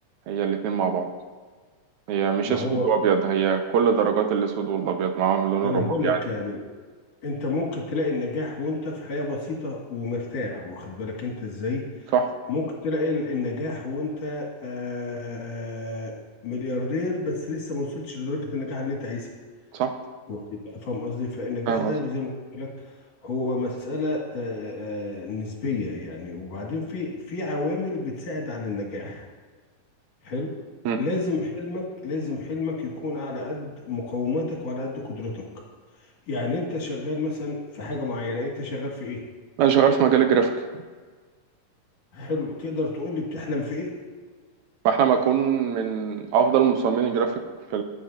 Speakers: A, on the right; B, on the left.
A: هي الاتنين مع بعض هي مش
B: ما
A: اسود
B: هو
A: وابيض هي كل درجات الاسود والابيض معاهم اللون
B: ما
A: الرمادي
B: انا بقول لك
A: عادي
B: يعني انت ممكن تلاقي النجاح وانت في حياة بسيطة ومرتاح واخد بالك انت ازاي
A: صح
B: ممكن تلاقي ال- النجاح وانت آه ملياردير بس لسه ما وصلتش لدرجة النجاح اللي انت عايزها
A: صح
B: واخد بالك. فاهم قصدي فالنجاح
A: فاهم
B: ده
A: قصدي
B: زي ما قلت لك هو مسألة آه، آه، نسبية يعني وبعدين في في عوامل بتساعد على النجاح حلو
A: مم.
B: لازم حلمك لازم حلمك يكون على قد مقوماتك وعلى قد قدرتك يعني انت شغال مثلا في حاجة معينة انت شغال في ايه
A: انا شغال في مجال الجرافيك
B: حلو تقدر تقول لي بتحلم في ايه
A: فاحنا ما اكون من افضل مصممين الجرافيك في